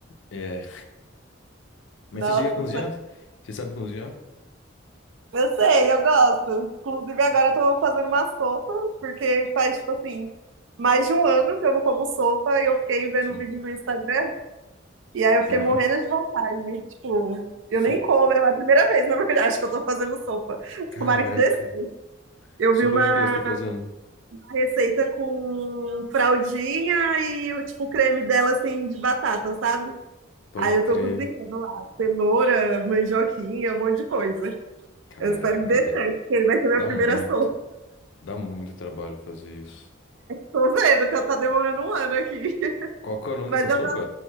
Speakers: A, on the left (about 60°); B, on the right (about 70°).
A: é Mas
B: Nossa,
A: você chega a cozinhar? Você sabe cozinhar?
B: Eu sei, eu gosto. Inclusive, agora eu tô fazendo uma sopa, porque faz, tipo assim, mais de um ano que eu não como sopa e eu fiquei vendo
A: Sim.
B: vídeo no Instagram. E aí eu fiquei
A: Aham.
B: morrendo de vontade. Tipo,
A: Su-
B: eu nem como, é a primeira vez, na verdade, que eu tô fazendo sopa.
A: Caraca.
B: Tomara que dê certo. Eu
A: Sopa
B: vi uma
A: de que você tá fazendo?
B: receita com fraldinha e o tipo, o creme dela, assim, de batata, sabe?
A: Pode
B: Aí eu
A: crer.
B: tô cozinhando lá, cenoura, mandioquinha, um monte de coisa.
A: Caraca,
B: Eu espero que dê
A: dá
B: certo, porque vai ser
A: dá
B: minha primeira
A: muito,
B: sopa.
A: dá muito trabalho fazer isso.
B: Tô vendo que eu tá demorando um ano aqui. <laughs>
A: Qual que é o nome
B: Mas
A: dessa sopa?
B: eu, tô-